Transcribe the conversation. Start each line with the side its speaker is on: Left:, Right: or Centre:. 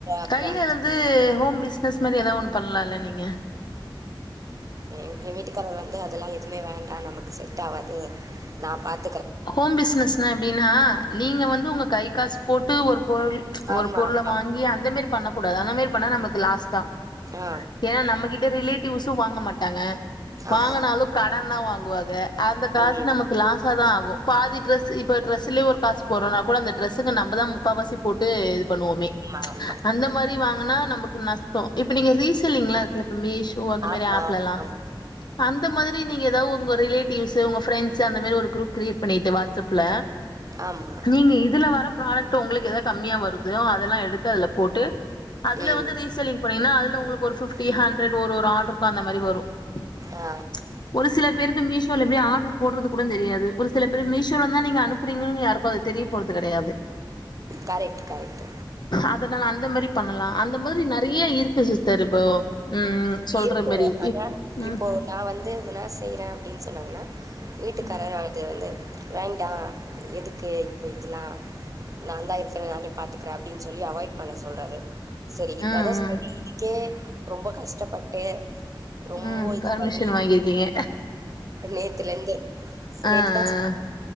Right: அப்புறம்
Left: கையில
Right: அஞ்
Left: எதாது ஹோம் பிசினஸ் மாதிரி ஏதாவது ஒண்ணு பண்ணலாம்ல நீங்க <unintelligible>
Right: என் என் வீட்டுக்காரர் வந்து அதெல்லாம் எதுவுமே வேண்டாம் நமக்கு செட் ஆவாது நான் பாத்
Left: ஹோம் பிசினஸ்ன எப்படின்னா நீங்க வந்து உங்க கை காசு போட்டு ஒரு பொருள் ஒரு
Right: ஆமா,
Left: பொருளை
Right: ஆமா.
Left: வாங்கி அந்த மாரி பண்ணக்கூடாது அந்தமாரி பண்ணா நமக்கு லாஸ் தான்
Right: ஆ,
Left: ஏன்னா நம்மகிட்ட ரிலேட் பீஸ்சு வாங்க மாட்டாங்க
Right: ஆமா.
Left: வாங்குனாலும் கடன்தா வாங்குவாங்க அந்த காசு
Right: ம்.
Left: நமக்கு லாசாதா ஆகு. பாதி டிரரெஸ் இப்போ டிரெஸ்லயே ஒரு காசு போறோனா கூட அந்த டிரரெஸுக்கு நம்ம தான் முக்காவாசி போட்டு இது பண்ணுவோமே. ம்ச்
Right: ஆமா.
Left: அந்த மாரி வாங்குனா நமக். நஷ்டோ இப்ப நீங்க ரீசலிங்லா இருக்கல மிசோ அந்த
Right: ஆமா,
Left: மாரி ஆப்ல எல்லா.
Right: ஆமா.
Left: அந்த மாரி நீங்க ஏதாவது ஒ. உங்க ரிலேட்டிவ்ஸ்சு உங்க ஃப்ரெண்ட்ஸ்சு அந்த மாரி ஒரு குரூப். பண்ணிட்டு வாட்ஸ்அப்ல.
Right: ஆமா.
Left: நீங்க இதுல வர பிராடெக்ட்ட உங்களுக்கு ஏதாது கம்மியா வருது. தோ அதெல்லா எடுத்து அதுல. போட்டு அதுல
Right: ம்.
Left: வந்து ரீசில்லிங் பண்ணிங்கனா அதுல உங்களுக்கு ஒரு பிப்டி
Right: ம்.
Left: ஹண்டர் ஒரு ஒரு ஆடர்க்கு அந்த மாரி வரு. ம்ச்
Right: ஆ
Left: ஒரு சில பேருக்கு மீஸ். சொல்லுபடியா ஆடர். போடுறது கூட தெரியாது. சில பேரு மீஷோல தான் நீங்க அனுப்புறீங்கன்னு யாருக்கு. ப்போ அது தெரிய போறது கிடையாது.
Right: Correct, correct.
Left: அதனால அந்த மாரி. பண்ணலா அந்த மாரி நறைய இருக்கு சிஸ்டர் இப்போ. ம் சொல்ற
Right: இருக்கு
Left: மாரி
Right: அதான்
Left: ம்
Right: இப்போ நா வந்து இதுன்னா செய்யற அப்படின்னு சொன்னாங்கனா. வீட்டுக்கார்.
Left: ம்
Right: <unintelligible> வேண்டா எதுக்கு இப்போ இதெல்லா. நாதா இருக்கன்ல நானே பாத்துக்குற அப்படின்னு சொல்லி அவாய்ட் பண்ண சொல்றாரு. சேரி
Left: ம்
Right: அதா சரி இதுக்கே. ரொம்ப கஷ்டப்பட்டு ரொம்ப
Left: ம் ம்
Right: இது
Left: பர்மிஷன்
Right: பண்ணி
Left: வாங்கிருக்கீங்க
Right: நேத்துல இருந்து
Left: ஆ ஆ
Right: நேத்துதா